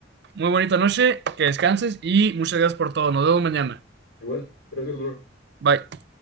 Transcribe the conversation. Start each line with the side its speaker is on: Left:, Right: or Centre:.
Right: Muy bonita noche, que descanses y muchas gracias por todo. Nos vemos mañana.
Left: Igual. Gracias, bro.
Right: Bye.